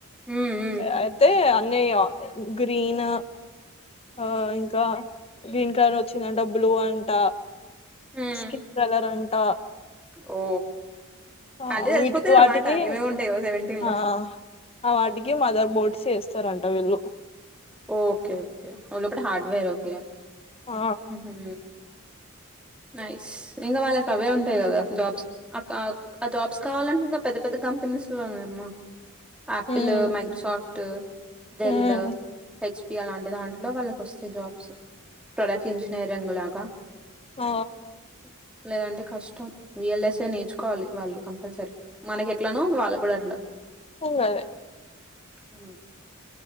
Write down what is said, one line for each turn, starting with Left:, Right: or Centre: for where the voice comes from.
Centre: ఉమ్ ఉమ్
Left: అయితే అన్నయ గ్రీను ఆ ఇంకా గ్రీన్ కలర్ వొచ్చిందంట బ్లూ అంట
Centre: ఉమ్
Left: స్కిన్ కలర్ అంట
Centre: ఓ
Left: ఆ
Centre: అన్నీ తెలిసిపోతాయ్
Left: వీటికి వాటికి
Centre: అనమాట ఏమేముంటాయో సెవెంటీన్
Left: ఆ
Centre: లో
Left: ఆ వాటికి మదర్ బోర్డ్స్ ఏస్తారంట వీళ్ళు
Centre: ఓకేఓకే వాళ్ళొక్కటి హార్డ్ వేర్ ఒకే
Left: ఆ
Centre: ఉహూ నైస్ ఇంగ వాళ్ళకవే ఉంటాయి గదా జాబ్స్ అకాక్ ఆ జాబ్స్ కావాలంటే ఇంగా పెద్ద పెద్ద కంపెనీస్ లోనే అమ్మా ఆపిలు
Left: ఉమ్
Centre: మైద్రుసాఫ్టు డెల్లు
Left: ఉమ్
Centre: హెచ్పి అలాంటి దాంట్లో వాళ్ళు వస్తే జాబ్సు ప్రొడక్ట్ ఇంజనీరింగ్ లాగా
Left: ఆ
Centre: సంథింగ్. లేదంటే కష్టం విఎల్ఎస్ఏ నేర్చుకోవాలి వాళ్ళు కంపల్సరీ మనకెట్లనో వాళ్ళగ్గుడ అట్ల
Left: ఆ గదే
Centre: ఉ